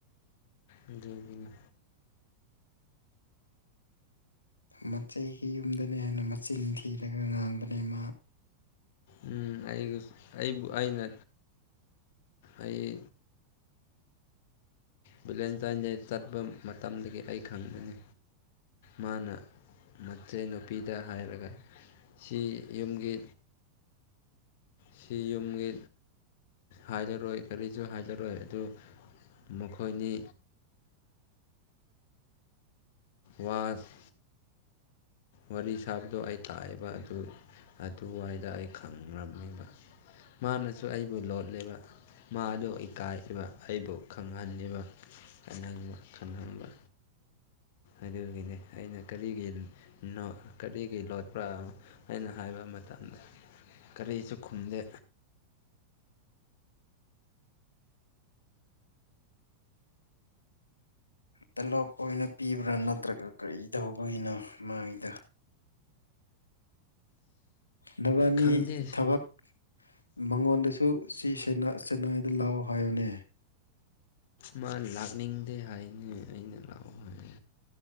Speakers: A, on the left; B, on the left.
A: ꯑꯗꯨꯒꯤꯅꯦ꯫
B: ꯃꯆꯩꯒꯤ ꯌꯨꯝꯗꯅꯦ ꯍꯥꯢꯅ ꯃꯆꯤꯟ ꯊꯤꯔꯒ ꯉꯥꯡꯕꯅꯦ ꯃꯥ꯫
A: ꯎꯝ ꯑꯩꯒ ꯑꯩꯕꯨ ꯑꯩꯅ ꯑꯩ ꯚꯦꯂꯦꯟꯇꯥꯏꯟ ꯗꯦ ꯆꯠꯄ ꯃꯇꯝꯗꯒꯤ ꯑꯩ ꯈꯪꯒꯅꯤ꯫ ꯃꯥꯅ ꯃꯆꯦ ꯅꯨꯨꯄꯤꯗ ꯍꯥꯏꯔꯒ ꯆꯦ ꯌꯨꯝꯒꯤ ꯁꯤ ꯌꯨꯝꯒꯤ ꯍꯥꯏꯔꯔꯣꯏ ꯀꯔꯤꯁꯨ ꯍꯥꯏꯔꯔꯣꯏ ꯑꯗꯨ ꯃꯈꯣꯏꯅꯤ꯫ ꯋꯥꯁ ꯋꯥꯔꯤ ꯁꯥꯕꯗꯣ ꯑꯩ ꯇꯥꯢꯑꯦꯕ ꯑꯗꯨ ꯑꯗꯨꯋꯥꯏꯗ ꯑꯩ ꯈꯪꯔꯝꯃꯤꯕ ꯃꯥꯅꯁꯨ ꯑꯩꯕꯨ ꯂꯣꯠꯂꯦꯕ꯫ ꯃꯥꯗꯣ ꯏꯀꯥꯏꯈꯤꯕ ꯑꯩꯕꯨ ꯈꯪꯍꯜꯅꯤꯕ ꯈꯪꯍꯪꯕ ꯈꯪꯍꯟꯕ꯫ ꯑꯗꯨꯒꯤꯅꯦ ꯑꯩꯅ ꯀꯔꯤꯒꯤ ꯅꯣꯠ ꯀꯔꯤꯒꯤ ꯂꯣꯠꯄ꯭ꯔ ꯑꯩꯅ ꯍꯥꯏꯕ ꯃꯇꯝꯗ꯫ ꯀꯔꯤꯁꯨ ꯈꯨꯝꯗꯦ꯫
B: ꯇꯂꯣꯞ ꯑꯣꯏꯅ ꯄꯤꯕ꯭ꯔꯥ ꯅꯠꯇ꯭ꯔꯒ ꯀꯔꯤ ꯇꯧꯕꯒꯤꯅꯣ ꯃꯥꯢꯗꯨ꯫ ꯅꯕꯥꯅꯤ
A: ꯈꯪꯗꯦ
B: ꯊꯕꯛ꯫ ꯃꯉꯣꯟꯗꯁꯨ ꯁꯤ ꯁꯦꯡꯅ ꯆꯦꯟꯅꯥꯏꯗ ꯂꯥꯛꯑꯣ ꯍꯥꯏꯌꯣꯅꯦ꯫
A: ꯃꯥ ꯂꯥꯛꯅꯤꯡꯗꯦ ꯍꯥꯏꯅꯦ ꯑꯩꯅ ꯂꯥꯛꯑꯣ ꯍꯥꯏ